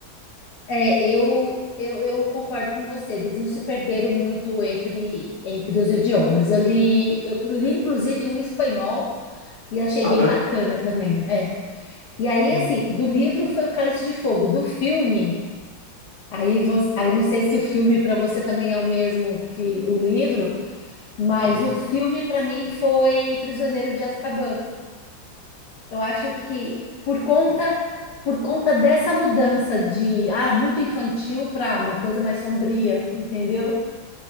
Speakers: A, on the left (about 55°); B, on the left (about 35°).
A: É, eu, eu, eu concordo com você, eles não se perderam muito entre, entre os idiomas. Eu li, eu li, inclusive, um em espanhol e achei
B: Ah,
A: bem
B: é?
A: bacana também. É. E aí,
B: Uhum,
A: assim, do livro foi o Cálice de Fogo, do filme. Aí, você, aí não sei se o filme para você também é o mesmo que o livro, mas
B: uhum.
A: o filme para mim foi Prisioneiro de Azkaban. Eu acho que por conta por conta dessa mudança de ah, muito infantil para uma coisa mais sombria, entendeu?